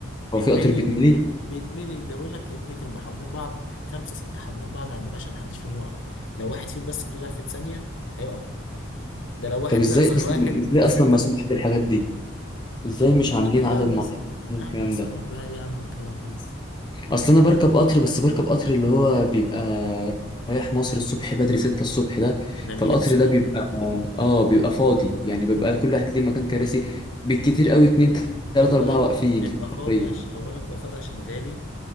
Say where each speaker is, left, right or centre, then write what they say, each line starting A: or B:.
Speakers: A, on the left (about 65°); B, on the left (about 20°).
A: بيتملي
B: هو في قطر بيتملي
A: بيتملي ده بيقول لك يا ابني كانوا بيحضنين بعض خمسه سته حاضنين بعض على الباب عشان محدش فيهم يقع لو واحد فيهم بس ايده ضعفت ثانيه هيقع ده لو واحد
B: طب ازاي
A: زغزغ
B: اصلا
A: واحد
B: ازاي
A: سته
B: اصلا مسموح
A: ت-
B: بالحاجات دي ازاي مش عاملين
A: يا عم بقى
B: عدد
A: مس...
B: معين من
A: يا
B: الكلام
A: عم مسموح
B: ده
A: بقى يا عم الكلام ايه بس
B: اصل انا بركب قطر بس بركب قطر اللي هو بيبقى رايح مصر الصبح بدري ستة الصبح ده
A: ده الاكس
B: فالقطر ده
A: ده
B: بيبقى اه بيبقى فاضي يعني بيبقى كل واحد ليه مكان كراسي بالكتير قوي اتنين تلاتة
A: اولا
B: اربعة واقفين
A: بيبقى
B: في العربية
A: فاضي عشان اولا بيبقى فاضي عشان غالي